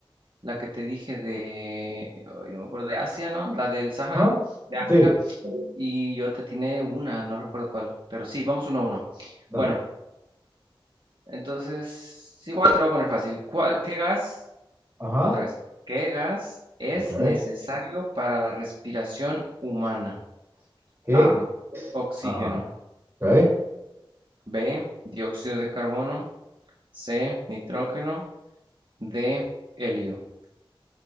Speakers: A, on the right; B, on the right.
A: la que te dije de, ay, no me acuerdo, de Asia, ¿no? La del Sahara
B: Ajá,
A: de Ujú. África,
B: sí,
A: y yo te atiné una, no recuerdo cuál, pero sí, vamos uno a uno.
B: dale.
A: Bueno, entonces, igual te lo voy a poner fácil. ¿Cuál, qué gas?
B: Ajá,
A: Otra vez, ¿qué gas es
B: ok.
A: necesario para la respiración humana?
B: ¿Qué?
A: A, oxígeno.
B: Ajá, ok.
A: B, dióxido de carbono. C, nitrógeno. D, helio. <laughs>